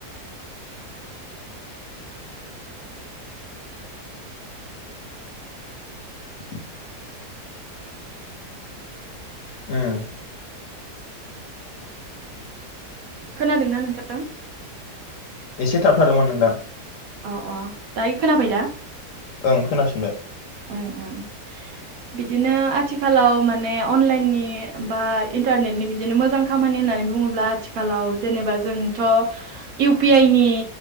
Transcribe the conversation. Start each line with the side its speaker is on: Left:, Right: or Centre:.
Left: <inaudible> औ
Right: खोनादों ना नोंथां
Left: एसे थाबथादोंमोन नोंथां
Right: अ अ दायो खोनाबाय दा
Left: ओं खोनाफिनबाय
Right: ओ ओं बिदिनो आथिखालाव माने अनलाइननि बा इन्टारनेटनि बिदिनो मोजां खामानि होननानै बुङोब्ला आथिखालाव जेनेबा जोंथ' इउ पि आइ नि